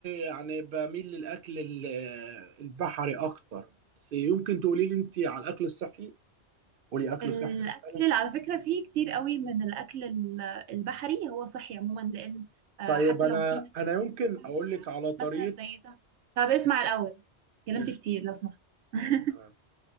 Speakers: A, on the right; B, on the right.
A: يعني بميل للاكل ال- البحري اكتر بس يمكن تقولي لي انت على الاكل الصحي قولي اكل
B: الأكل
A: صحي مثلا
B: على فكرة فيه كتير قوي من الأكل ال- البحري هو صحي عموما لأن آه،
A: طيب
B: حتى
A: انا
B: لو في ناس
A: انا يمكن
B: بتبقى
A: اقول
B: عليه
A: لك على طريقه
B: مثلا زي سم طب اسمع الأول كلمت
A: قشطه
B: كتير لو سمحت <laughs>
A: تمام